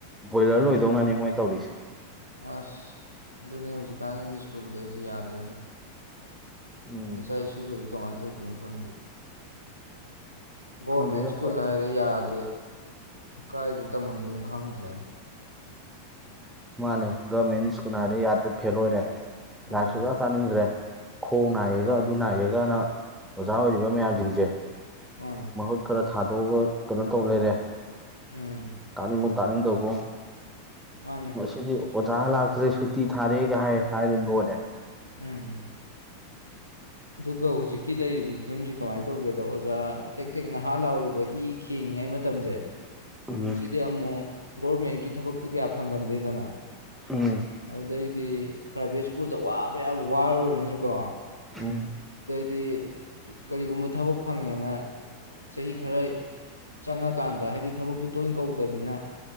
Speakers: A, in the centre; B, on the left.
A: ꯕꯣꯏꯂꯔ ꯂꯣꯏꯗꯧꯅꯅꯤ ꯃꯣꯏ ꯇꯧꯔꯤꯁꯦ
B: ꯑꯁ ꯑꯗꯨꯅꯤ ꯍꯧꯖꯤꯛꯀꯥꯟꯒꯤ ꯁ꯭ꯀꯨꯜꯈꯩꯁꯤ ꯌꯥꯗ꯭ꯔꯦꯅꯦ
A: ꯎꯝ
B: ꯆꯥꯏꯁꯨꯨ ꯀꯩ ꯀꯃꯥꯏꯅ ꯇꯧꯗꯣꯏꯅꯣ ꯈꯪꯗꯦ ꯒꯣꯔꯃꯦꯟ
A: ꯈꯪꯗꯦꯗ ꯑꯩꯈꯣꯏ
B: ꯁ꯭ꯀꯨꯜ ꯍꯥꯏꯗꯤ ꯌꯥꯗꯦ ꯀꯥꯏꯗ ꯇꯝꯍꯟꯗꯣꯏꯅꯣ ꯈꯪꯗ꯭ꯔꯦꯅ
A: ꯃꯥꯅꯦ ꯒꯚꯃꯦꯟ ꯁ꯭ꯀꯨꯜ ꯍꯥꯏꯔꯦ ꯌꯥꯗ꯭ꯔꯦ ꯐꯦꯜ ꯑꯣꯏꯔꯦ
B: ꯑꯗꯨꯅꯦ
A: ꯂꯥꯏꯍꯥꯛꯁꯨꯒ ꯆꯥꯅꯤꯡꯗ꯭ꯔꯦ ꯈꯣꯡ ꯅꯥꯏꯌꯦꯒ
B: ꯍꯣꯏ
A: ꯑꯗꯨ ꯅꯥꯏꯑꯒꯅ ꯑꯣꯖꯥ ꯑꯣꯏꯔꯤꯕ ꯃꯌꯥꯝꯁꯤꯡꯁꯦ
B: ꯃꯥꯅꯦ
A: ꯃꯥꯎꯠ ꯈꯔ ꯊ ꯊꯥꯗꯣꯛꯑꯒ ꯀꯩꯅꯣ ꯇꯧ ꯂꯩꯔꯦ
B: ꯎꯝ
A: ꯇꯅꯤ ꯇꯅꯤꯡ ꯇꯕ
B: ꯃꯥꯅꯦ
A: ꯃꯁꯤꯁꯤꯗꯤ ꯑꯣꯖꯥ ꯂꯥꯛꯇ꯭ꯔꯦ ꯁꯨꯇꯤ ꯊꯥꯔꯦꯒꯥꯏ ꯍꯥꯏꯔꯦ ꯂꯣꯏꯔꯦ
B: ꯎꯝ ꯑꯗꯨꯒ ꯍꯧꯖꯤꯛꯀꯤ ꯂꯩꯔꯤꯕ ꯐꯤꯕꯝꯁꯤꯦ ꯀꯃꯥꯏꯅ ꯇꯧꯒꯦꯗ ꯑꯣꯖꯥ ꯇꯦꯛ ꯇꯦꯛ ꯅꯍꯥ ꯂꯥꯎꯔꯤꯕ ꯏ ꯈꯦꯡꯉꯤꯉꯩ ꯃꯇꯝꯁꯦ
A: ꯎꯝ
B: ꯁꯤꯗꯤ ꯑꯃꯃꯣ ꯔꯃꯦꯟꯀꯤ ꯊꯕꯛ ꯇꯨ ꯀ ꯐꯪꯒꯟꯗꯦꯗꯅ
A: ꯎꯝ
B: ꯑꯗꯨꯗꯩ ꯍꯥꯏꯗꯤ ꯄ꯭ꯔꯥꯏꯚꯦꯠ ꯁ꯭ꯀꯨꯜꯗ ꯋꯥꯕ ꯌꯥꯕ ꯋꯥꯔꯨꯔꯅꯤꯀꯣ
A: ꯎꯨꯝ
B: ꯍꯥꯏꯗꯤ ꯀꯔꯤꯒꯨꯝꯕ ꯊꯕꯛ ꯐꯪꯉꯦꯅ ꯆꯍꯤ ꯈꯔ ꯆꯪꯉꯀꯥꯟꯗ ꯍꯥꯏꯗꯤ ꯊꯕꯛꯇꯨ ꯇꯣꯏꯅ ꯀꯧꯗꯅꯤꯅ